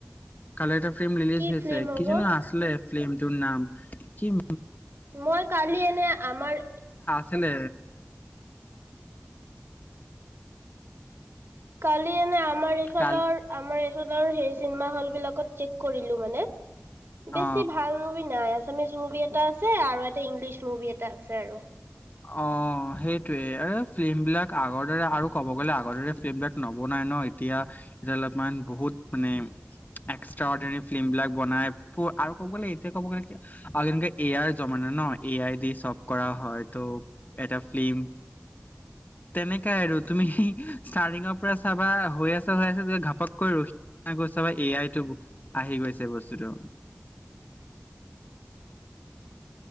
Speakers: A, on the left (about 45°); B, on the right (about 90°).
A: কাল এটা ফ্ৰেম ৰিলিজ
B: কি
A: হৈছে
B: ফিল্ম হ'ব
A: কিজ আছিলে ফ্ৰেমটোৰ নাম কি
B: মই কালি এনে আমাৰ
A: ছিলে
B: কালি এনে আমাৰ এইফালৰ
A: কালি
B: আমাৰ সেই চিনেমা হল বিলাকত চে'ক কৰি মানে বেছি
A: অ
B: ভাল মুভি নাই আছে আছামিছ মুভি এটা আছে আৰু এটা ইংলিছ মুভি এটা আছে আৰু
A: অ সেইটোৱে আৰু ফিল্ম বিলাক আগৰ দৰে আৰু ক'ব গলে আগৰ দৰে ফিল্ম বিলাক নবনাই ন এতিয়া এতিয়া অলপমান বহুত মানে এক্সট্ৰা অৰ্ ফিল্ম বিলাক বনাই আৰু কব গলে এতিয়া কব গলে যেনেে এ আইৰ জমা ন এ আই দি চব কৰা হয় ত এটা ফিল্ম তেনেকাই আৰু তুমি ষ্টাৰ্টিঙৰ পৰা চাবা হৈ আছে হৈ আছে ত ঘাপককৈ ৰখি চাবা এ আইতটো আহি গৈছে বস্তুটো